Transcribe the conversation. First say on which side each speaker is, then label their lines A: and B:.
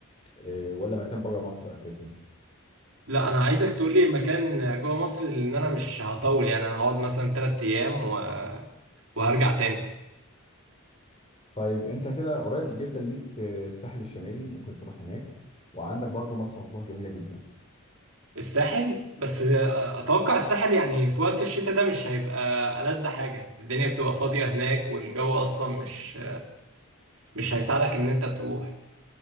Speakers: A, on the left; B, on the right.
A: آه، ولا مكان بره مصر اساسا
B: لا أنا عايزك تقول لي مكان جوه مصر لأن أنا مش هطول يعني أنا هقعد مثلا تلات أيام و- وهرجع تاني
A: طيب انت كده قريب جدا ليك آه، الساحل الشمالي ممكن تروح هناك وعندك برضو مرسى مطروح جميلة جدا
B: الساحل بس آه، أتوقع الساحل يعني في وقت الشتاء ده مش هيبقى ألذ حاجة الدنيا بتبقى فاضية هناك والجو أصلا مش مش هيساعدك إن أنت تروح